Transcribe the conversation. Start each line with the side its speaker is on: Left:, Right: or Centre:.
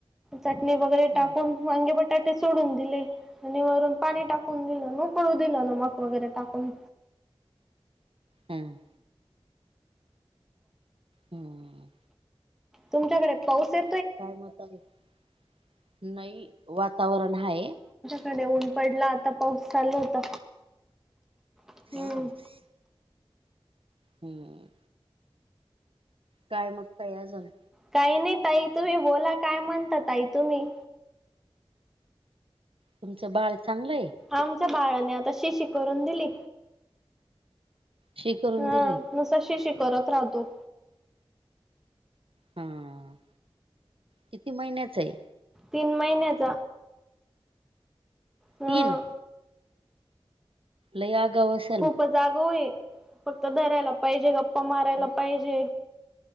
Centre: चटणी वगैरे
Right: हम्म
Centre: टाकून वांगी- बटाटे सोडून दिले आणि वरून पाणी टाकून दिलं न पळू दिलेल मक मग वगैरे टाकून
Right: हम्म हम्म
Centre: तुमच्याकडे पाऊसये?
Right: काय मत आहे <unintelligible> नाही वातावरण आहे
Centre: कडे ऊन पडला आता पाऊस चालू होता हम्म
Right: हा <inaudible> हम्म काय मग ताई अजून?
Centre: काही नाही ताई, तुम्ही बोला काय म्हणता ताई तुम्ही?
Right: तुमचं बाळ चांगलंय?
Centre: आमच्या बाळाने आता शिशी करून दिली.
Right: शी करून
Centre: हा
Right: दिली
Centre: नुसता शिशी करत राहतो.
Right: हं. किती महिन्याच हाय?
Centre: तीन महिन्याच. हं.
Right: तीन लई अगावु अस
Centre: खूप जागावु हय. फक्त धरायला पाहिजे गप- - प्पा मारायला
Right: हा
Centre: पाहिजे.